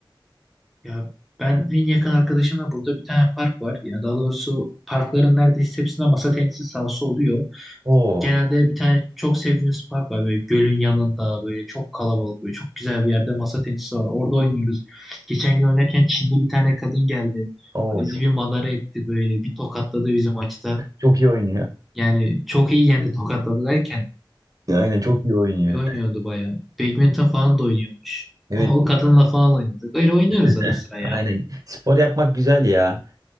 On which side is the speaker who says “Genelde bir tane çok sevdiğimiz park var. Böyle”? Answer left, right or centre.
Centre